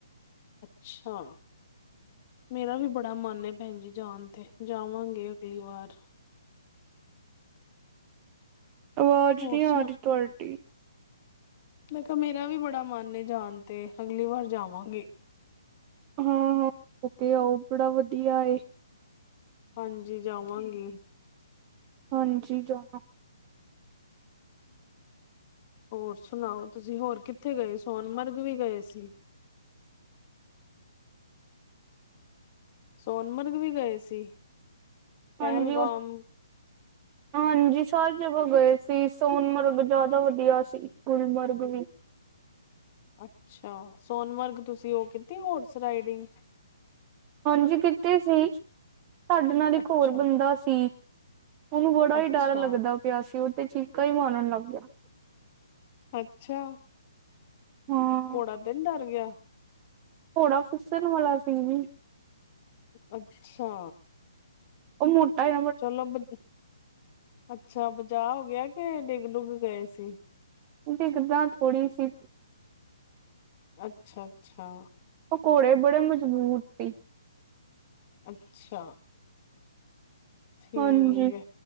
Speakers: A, on the left; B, on the right.
A: ਅੱਛਾ। ਮੇਰਾ ਵੀ ਬੜਾ ਮਨ ਏ ਭੈਣ ਜੀ, ਜਾਣ ਤੇ, ਜਾਵਾਂਗੇ ਅਗਲੀ ਵਾਰ।
B: ਅਵਾਜ਼
A: ਹੋਰ
B: ਨਹੀਂ
A: ਸੁਣਾ
B: ਆ ਰਹੀ, ਤੁਹਾਡੀ।
A: ''ਮੈਂ ਕਿਹਾ ਮੇਰਾ ਵੀ ਬੜਾ ਮਨ ਏ ਜਾਣ ਤੇ, ਅਗਲੀ ਵਾਰ ਜਾਵਾਂਗੇ।
B: ਹਾਂ-ਹਾਂ, ਓ ਤੇ ਆਓ, ਬੜਾ ਵਧੀਆ ਏ।
A: ਹਾਂਜੀ, ਜਾਵਾਂਗੀ।
B: ਹਾਂਜੀ, ਜਾਨਾ।
A: ਹੋਰ ਸੁਣਾਓ ਤੁਸੀਂ ਹੋਰ ਕਿੱਥੇ ਗਏ, ਸੋਨਮਰਗ ਵੀ ਗਏ ਸੀ? ਸੋਨਮਰਗ ਵੀ ਗਏ ਸੀ? ਪਹਿਲਗਾਮ
B: ਹਾਂਜੀ, ਉਹ ਹਾਂਜੀ, ਸਾਰੀ ਜਗ੍ਹਾ ਗਏ ਸੀ, ਸੋਨਮਰਗ ਜ਼ਿਆਦਾ ਵਧੀਆ ਸੀ। ਗੁਲਮਰਗ ਵੀ।
A: ਅੱਛਾ, ਸੋਨਮਰਗ ਤੁਸੀਂ ਉਹ ਕੀਤੀ ਹੋਰਸ ਰਾਈਡਿੰਗ।
B: ਹਾਂਜੀ, ਕਿਤੀ ਸੀ। ਸਾਡੇ ਨਾਲ ਇੱਕ
A: ਅੱਛਾ
B: ਹੋਰ ਬੰਦਾ ਸੀ, ਉਹਨੂੰ ਬੜਾ
A: ਅੱਛਾ
B: ਹੀ ਡਰ ਲੱਗਦਾ ਗਿਆ ਸੀ, ਉਹ ਤੇ ਚੀਕਾ ਈ ਮਾਰਨ ਲੱਗ ਗਿਆ।
A: ਅੱਛਾ!
B: ਹਾਂ।
A: ਘੋੜਾ ਤੇ ਨਹੀ ਡਰ ਗਿਆ?
B: ਘੋੜਾ ਫਿਸਣ ਵਾਲਾ ਸੀ।
A: ਅੱਛਾ!
B: ਉਹ ਮ੍ਹੋਟਾ ਈ
A: ਚਲੋ, ਬਣ, ਬਚਾਅ ਹੋਗਿਆ ਕੇ, ਡਿੱਗ ਡੁਗ ਗਏ ਸੀ?
B: ਡਿਗਨਾ ਥੋੜ੍ਹੀ ਸੀ।
A: ਅੱਛਾ-ਅੱਛਾ।
B: ਓ ਘੋੜੇ, ਬੜੇ ਮਜਬੂਤ ਸੀ।
A: ਅੱਛਾ, ਠੀਕ
B: ਹਾਂਜੀ
A: ਐ।